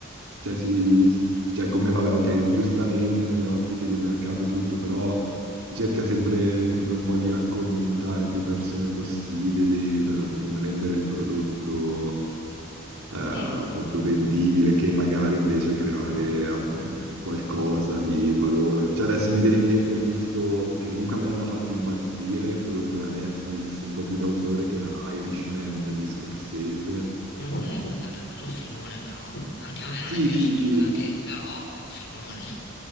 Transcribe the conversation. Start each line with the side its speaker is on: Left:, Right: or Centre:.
Right: cioè, si, si- cioè come vabbè, ok, giustamente nelle ottiche di mercato e tutto, però si cerca sempre, mi sembra un po' di accontentare più persone possibili per rendere il prodotto eh, appunto
Left: Sì.
Right: vendibile
Left: Sì.
Right: che magari invece creare eh, qualcosa di valore. Cioè adesso mi viene in mente giusto che comunque a me non ha fatto impazzire, prodotto da Netflix, un po' più d'autore, che era Irishman di Scorsese.
Left: Mhm. Vabbè, quello è un filmone però. Anche a me non
Right: Sì,
Left: è piaciuto
Right: sì, sì.
Left: un granché, però è un filmone.